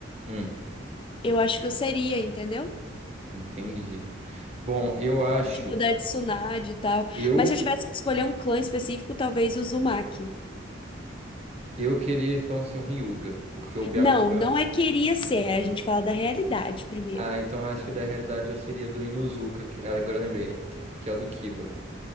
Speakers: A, on the right (about 35°); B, on the left (about 25°).
A: Hum.
B: eu acho que eu seria, entendeu?
A: Entendi. Bom, eu acho.
B: Tipo da Tsunade e tal.
A: Eu
B: Mas se eu tivesse que escolher um clã específico, talvez o Uzumaki.
A: eu queria então ser um Ryuga, porque o Byakugan.
B: Não, não é queria ser. A gente fala da realidade primeiro.
A: Ah, então acho que da realidade eu seria do Inuzuka, que... ah, agora eu lembrei, né? Que é o do Kiba.